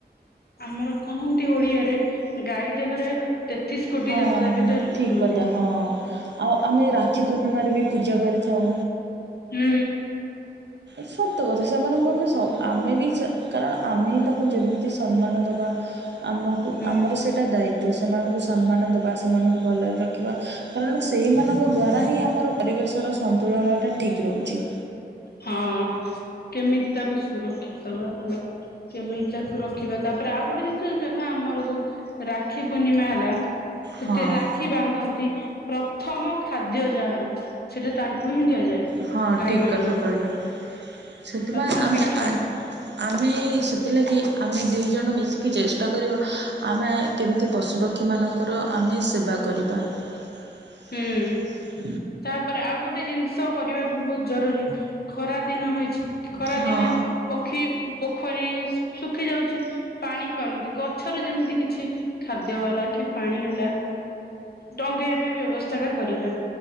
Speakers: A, on the left; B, on the right.
A: ଆମର କହନ୍ତି ଓଡିଆରେ ଗାଈ ଦେହରେ ତେତିଶ କୋଟି
B: ହଁ
A: ଦେବଦବୀତା ରୁହନ୍ତି।
B: ଠିକ୍ କଥା ହଁ। ଆଉ ଆମେ ରାକ୍ଷୀ ପୂର୍ଣ୍ଣିମାରେ ବି ପୂଜା କରିଥାଉ।
A: ହୁଁ।
B: ସତ କଥା ସେମାନଙ୍କୁ ଆମେ ବି କାରଣ ଆମେ ହିଁ ତାକୁ ଯେମିତି ସମ୍ମାନ ଦେବା ଆମକୁ
A: ହୁଁ
B: ଆମର ସେ ଟା ଦାୟିତ୍ୱ ସେମାନଙ୍କୁ ସମ୍ମାନ ଦେବା ସେମାନଙ୍କୁ ଭଲରେ ରଖିବା କାରଣ ସେଇମାନଙ୍କ ଦ୍୍ୱାରା ହିଁ ଆମର ପରିବେଶର ସନ୍ତୁଳନଟା ଠିକ୍ ରହୁଛି।
A: ହଁ କେମିତି ତାକୁ ସୁରକ୍ଷିତ ଦେବା। କେମିତି ତାକୁ ରଖିବା। ତାପରେ ଆଉ ଗୋଟେ ଜିନିଷ ଯାହା ଆମର ଯୋଉ ରାକ୍ଷୀ ପୂର୍ଣ୍ଣିମା ହେଲା ସେଥିରେ
B: ହଁ
A: ରାକ୍ଷୀ ବାନ୍ଧନ୍ତି। ପ୍ରଥମ ଖାଦ୍ୟ ଯାହା ହେଲା ସେଟା ତାଙ୍କୁ ହିଁ ଦିଆଯାଏ।
B: ହଁ
A: ଗାଈ
B: ଠିକ୍
A: ମାନଙ୍କୁ
B: କଥା କହିଲ ସେଥିପାଇଁ
A: ପ୍ରଥମ
B: ଆମେ
A: ପିଠା
B: ଆଜ୍ ଆମେ ସେଥିଲାଗି ଆମେ ଦିଇ ଜଣ ମିଶିକି ଚେଷ୍ଟା କରିବା ଆମେ କେମ୍ତି ପଶୁପକ୍ଷୀମାନଙ୍କର ଆମେ ସେବା କରିବା। ହ
A: ହୁଁ। ତାପରେ ଆଉ ଗୋଟେ ଜିନ୍ଷ କରିବା ବି ବହୁତ୍ ଜରୁରୀ ଖରାଦିନ ହେଇଛି। ଖରାଦିନେ
B: ହଁ
A: ପକ୍ଷୀ ପୋଖରୀ ଶୁଖିଯାଉଚି। ପାଣି ପାଉନାହାନ୍ତି। ଗଛର ଯେମିତି କିଛି ଖାଦ୍ୟ ହେଲା କି ପାଣି ହେଲା। ଟଙ୍ଗେଇବା ପାଇଁ ବ୍ୟବସ୍ଥାଟା କରିବା।